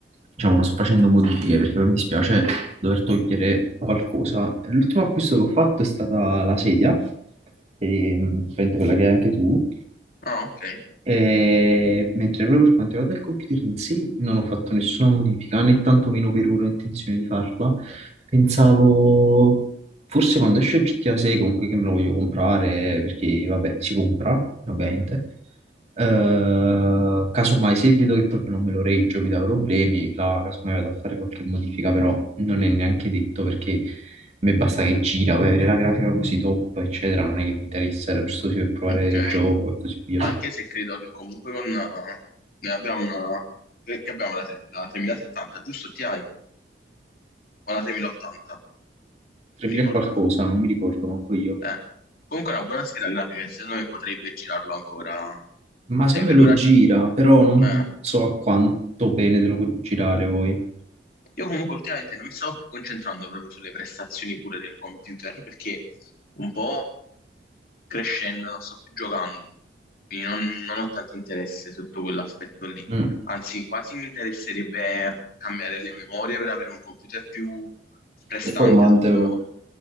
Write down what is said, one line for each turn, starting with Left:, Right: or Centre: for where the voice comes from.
Right: diciamo, non sto facendo modifiche perché poi mi dispiace dover togliere qualcosa. L'ultimo acquisto che ho fatto è stata la sedia, ehm, praticamente quella che hai anche tu.
Left: Ah, ok,
Right: E mentre proprio per quanto riguarda il computer in sé non ho fatto nessuna modifica, né tantomeno per ora ho intenzione di farla, Pensavo, forse quando esce GTA 6 comunque che me lo voglio comprare, perché vabbè, si compra, ovviamente. Eh, casomai se vedo che proprio non me lo reggio, mi dà problemi, là casomai vado a fare qualche modifica, però non è neanche detto perché a me basta che gira, vuoi avere la grafica così top, eccetera, non è che mi interessa, era giusto così per provare
Left: ok.
Right: il gioco e così via.
Left: Anche se credo che comunque con... eh, Noi abbiamo una... eh, Che abbiamo la, tre- la 3070, giusto? Ti hai? O la 3080?
Right: 3000
Left: Mi ricordo.
Right: e qualcosa, non mi ricordo manco io.
Left: Eh. Comunque è una buona scheda grafica e secondo me potrebbe girarlo ancora.
Right: Ma secondo
Left: Cioè, per
Right: me
Left: ora...
Right: lo gira,
Left: gio-
Right: però non
Left: Ma
Right: so a quanto bene te lo puoi girare poi.
Left: io comunque ultimamente non mi sto più concentrando proprio sulle prestazioni pure del computer, perché un po' crescendo, non sto più giocando, quindi non, non ho tanto interesse sotto quell'aspetto lì.
Right: Mm.
Left: Anzi, quasi mi interesserebbe cambiare le memorie per avere un computer più prestante
Right: Performante
Left: sotto
Right: però.